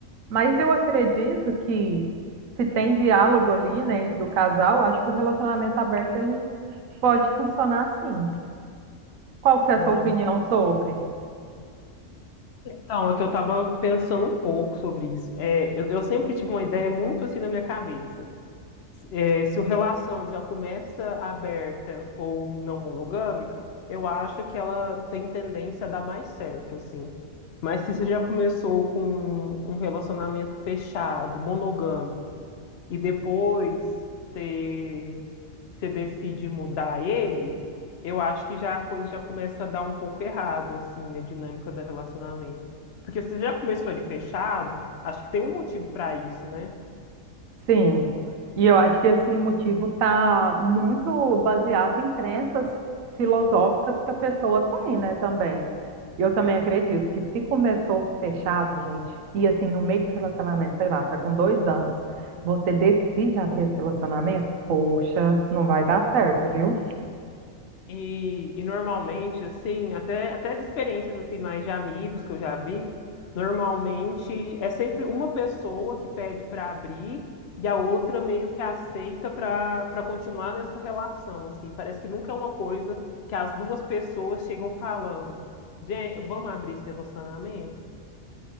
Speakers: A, on the right; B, on the left.
A: Mas eu acredito que se tem diálogo ali, né, entre o casal, acho que o relacionamento aberto ele pode funcionar sim. Qual que é
B: Ah,
A: a sua opinião sobre?
B: então, é que eu tava pensando um pouco sobre isso. É, eu, eu sempre tive uma ideia muito assim na minha cabeça. é, se a relação já começa aberta ou não monogâmica, eu acho que ela tem tendência a dar mais certo, assim. Mas se você já começou com um relacionamento fechado, monogâmico, e depois você, você decide mudar ele, eu acho que já a coisa já começa a dar um pouco errado, assim, a dinâmica do relacionamento. Porque se você já começou ele fechado, acho que tem um motivo para isso, né?
A: Sim, e eu acho que esse motivo está muito baseado em crenças filosóficas que a pessoa tem, né, também. Eu também acredito que se começou fechado, gente, e assim, no meio do relacionamento, sei lá, tá com dois anos, você decide abrir esse relacionamento, poxa, não vai dar certo, viu?
B: E, e normalmente, assim, até, até de experiências assim, mais de amigos que eu já vi, normalmente é sempre uma pessoa que pede para abrir e a outra meio que aceita para para continuar nessa relação, assim. Parece que nunca é uma coisa que as duas pessoas chegam falando, gente, vamos abrir esse relacionamento?